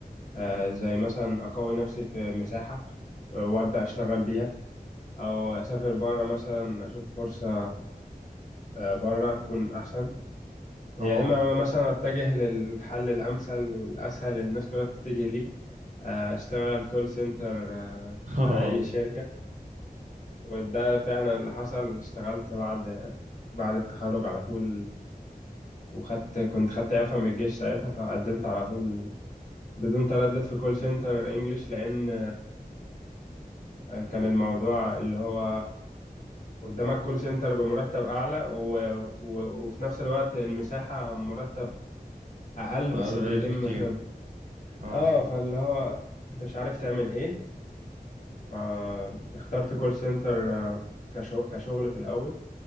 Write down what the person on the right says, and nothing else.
مم.
اه
<laughs> اه
مم.
قليل
كتير
اه